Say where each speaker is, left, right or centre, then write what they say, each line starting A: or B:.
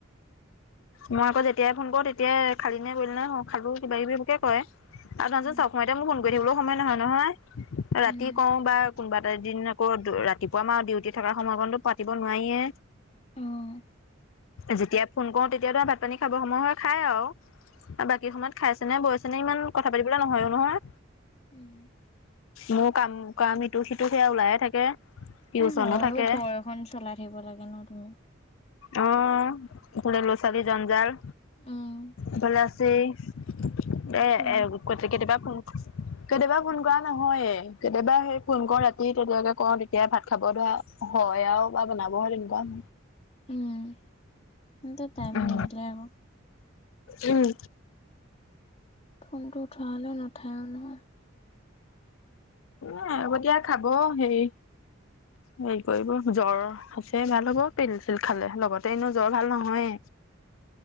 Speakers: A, on the left; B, on the left.
A: মই আকৌ যেতিয়াই ফোন কৰো তেতিয়াই খালি নে কৰিলি নাই খালো কিবা কিবি এইবোৰকে কয়। আৰু তহত
B: উম
A: চব সময়তে মোক ফোন কৰি থাকিবলৈও সময় নহয় নহয়। ৰাতি
B: উম
A: কওঁ বা কোনোবা এদিন নকৰো ৰাতিপুৱা মাৰো ডিউটি থকাৰ সময়কনতো পাতিব নোৱাৰিয়ে।
B: অ'।
A: যেতিয়াই ফোন কৰো তেতিয়া টো ভাত পানী খাব সময় হয় খাই আৰু। বাকী সময়ত খাইছেনে বইছে নে ইমান কথা পাতিবলে নহয়ো নহয়।
B: উম।
A: মোৰ কাম কাম ইটো সিটো সেয়া ওলায়ে থাকে। টিউচনো
B: এ হয়
A: থাকে
B: অ ঘৰ এখন চলাই থাকিব লাগে ন তুমি।
A: অ ক লৰাছোলীৰ জঞ্জাল
B: উম
A: এফালে আছেই।
B: সেইবোৰে
A: এ এ কো কেতিয়াবা ফোন কেতিয়াবা ফোন কৰা নহয়ে, কেতিয়াবা সেই ফোন কও ৰাতি তেতিয়াকে কওঁ তেতিয়া ভাত খাব ধৰে আও। হয় আৰু বা বনাবহে লাগিব আও।
B: উম। সিহঁতে টাইম
A: উম
B: নিমিলে আকৌ
A: উম।
B: ফোনটো উঠোৱা হ'লেও নোঠায়ো নহয়।
A: অ আগতিয়া খাব হেৰি। হেৰি কৰিব জ্বৰ আছে ভাল হ'ব পিল চিল খালে লগতে এনেয়ো জ্বৰ ভাল নহয়ে।